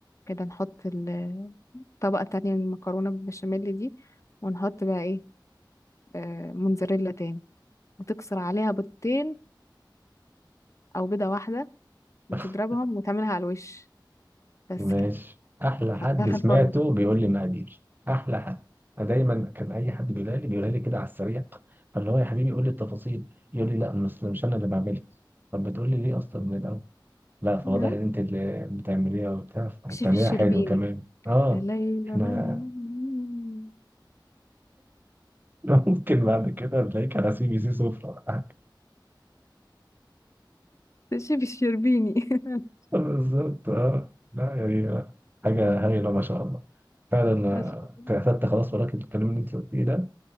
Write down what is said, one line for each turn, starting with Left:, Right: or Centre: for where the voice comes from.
Left: كده نحط ال- طبقة تانية من المكرونة بالبشاميل دي ونحط بقى ايه آه، موتزاريلا تاني وتكسر عليها بيضتين أو بيضة واحدة وتضربهم
Right: <laughs>
Left: وتعملها على الوش بس
Right: ماشي
Left: كده
Right: أحلى
Left: حطها
Right: حد
Left: في
Right: سمعته
Left: الفرن
Right: بيقول لي مقادير أحلى حد أنا دايما كان أي حد بيقولها لي بيقولها لي كده على السريع فاللي هو يا حبيبي قول لي التفاصيل يقول لي لا مش مش أنا اللي بعملها طب بتقول لي ليه أصلا من الأول لا فواضح
Left: آه،
Right: ان انت اللي بتعمليها وبتاع بتعمليها
Left: شيف الشربيني
Right: حلو كمان اه
Left: لا لا
Right: احنا
Left: لا لا لا لا.
Right: <laughs> ممكن بعد كده نلاقيك على سي بي سي سفرة <laughs> ولا حاجة.
Left: ده شيف الشربيني <laughs>
Right: بالظبط اه لا يعني لا. حاجة
Left: مم.
Right: هايلة ما شاء الله فعلا
Left: ما شاء
Right: آه، كتبت خلاص وراك الكلام اللي انت قلتيه ده